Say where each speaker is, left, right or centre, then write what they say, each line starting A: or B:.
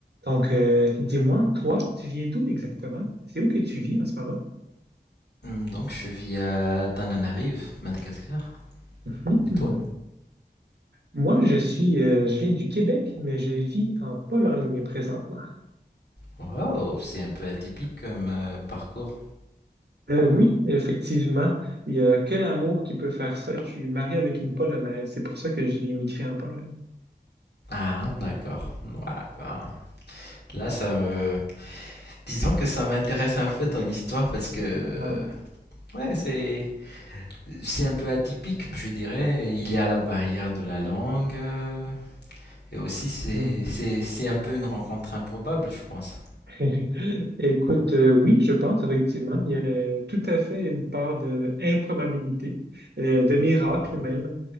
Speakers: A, on the right; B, on the left.
A: Donc, euh, dis-moi, toi, tu viens d'où exactement? C'est où que tu vis en ce moment?
B: Hmm, Donc je vis à Tananarive, Madagascar.
A: Hmm.
B: Et toi?
A: Moi, je suis, euh, je viens du Québec, mais je vis en Pologne présentement.
B: Wow, c'est un peu atypique comme euh, parcours.
A: Euh, oui, effectivement, il n'y a que l'amour qui peut faire ça. Je suis marié avec une Polonaise, c'est pour ça que j'ai émigré en Pologne.
B: Ah, d'accord. Ouais, bah, là, ça me... Disons que ça m'intéresse un peu ton histoire parce que... euh,
A: Ah oui.
B: Ouais, c'est... C'est un peu atypique, je dirais. Il y a la barrière de la langue. euh, Et aussi, c'est...
A: Hmm.
B: C'est c'est un peu une rencontre improbable, je pense.
A: <laughs> Écoute, euh, oui, je pense effectivement, il y a tout à fait une part de improbabilité, euh, de miracle
B: Mhm,
A: même,